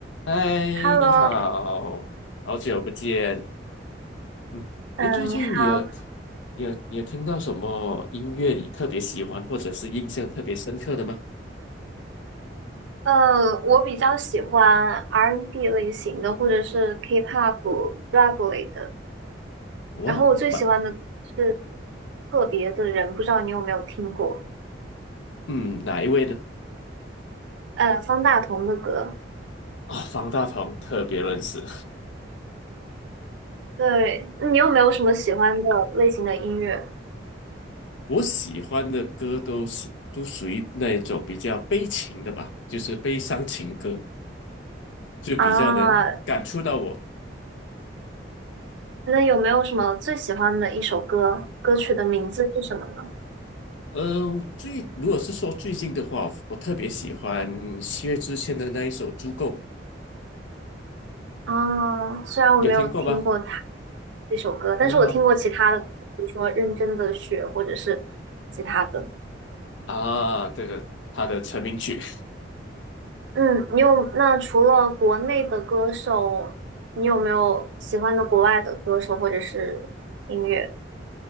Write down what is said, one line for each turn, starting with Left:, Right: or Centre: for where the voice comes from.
Left: 嗨，
Right: Hello，
Left: 你好，好久不见。嗯，
Right: 嗯，
Left: 你最近你有
Right: 你好，
Left: 你有你有听到什么音乐你特别喜欢，或者是印象特别深刻的吗？
Right: 呃，我比较喜欢 R&B N 类型的，或者是 K-pop、rap 类的。
Left: 我，
Right: 然后我最喜欢的歌是
Left: 哪
Right: 《特别的人》，不知道你有没有听过？
Left: 嗯哪一位呢？
Right: 呃，方大同的歌。
Left: 啊、方大同特别认识。
Right: 对，你有没有什么喜欢的类型的音乐
Left: <laughs> 我喜欢的歌都喜都属于那种比较悲情的吧，就是悲伤情歌，就比较能感触到我。
Right: 啊？那有没有什么最喜欢的一首歌？歌曲的名字是什么呢？
Left: 呃，最如果是说最近的话，我特别喜欢薛之谦的那一首《足够》。
Right: 啊，虽然我没有听过它。
Left: 有听过吗？
Right: 这首歌，但是我听过其他的，
Left: 哦
Right: 比如说《认真的雪》或者是其他的。
Left: 啊，这个他的成名曲，
Right: 嗯，你有，那除了国内的歌手，你有没有喜欢的国外的歌手或者是音乐？